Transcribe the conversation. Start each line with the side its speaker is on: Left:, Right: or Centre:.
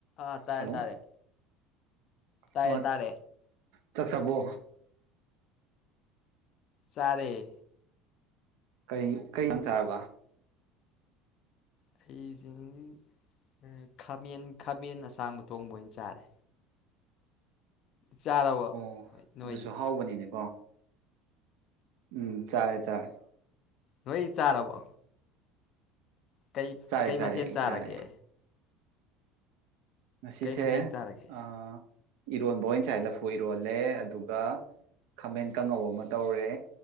Left: ꯑꯥ ꯇꯥꯔꯦ
Right: ꯍꯜꯂꯣ
Left: ꯇꯥꯔꯦ ꯇꯥꯏꯌꯦ
Right: ꯑꯣ
Left: ꯇꯥꯔꯦ
Right: ꯆꯥꯛ ꯆꯥꯕꯣ
Left: ꯆꯔꯦ
Right: ꯀꯔꯤꯏ ꯀꯩ ꯏꯟꯖꯥꯡ ꯆꯥꯔꯕ
Left: <unintelligible> ꯈꯥꯃꯦꯟ ꯈꯥꯃꯦꯟ ꯃꯦꯟ ꯑꯁꯥꯡꯕ ꯊꯣꯡꯕ ꯑꯣꯏꯅ ꯆꯥꯔꯦ ꯆꯥꯔꯕꯣ
Right: ꯑꯣ
Left: ꯅꯣꯏꯗꯤ
Right: ꯑꯗꯨꯁꯨ ꯍꯥꯎꯕꯅꯤꯅꯦꯀꯣ ꯎꯝ ꯆꯥꯔꯦ ꯆꯥꯔꯦ
Left: ꯅꫭꯏ ꯆꯥꯔꯕꯣ ꯀꯩ
Right: ꯆꯥꯔꯦ
Left: ꯀꯩ
Right: ꯆꯥꯔꯦ
Left: ꯃꯊꯦꯜ
Right: ꯑꯩ
Left: ꯆꯥꯔꯒꯦ
Right: ꯆꯥꯔꯦ ꯉꯁꯤꯁꯦ
Left: ꯀꯩ ꯃꯊꯦꯜ ꯆꯥꯔꯒꯦ
Right: ꯑ ꯏꯔꯣꯟꯕ ꯑꯣꯏꯅꯁꯥꯏ ꯂꯐꯨ ꯏꯔꯣꯜꯂꯦ ꯑꯗꯨꯒ ꯈꯥꯃꯦꯟ ꯀꯥꯡꯉꯧ ꯑꯃ ꯇꯧꯔꯦ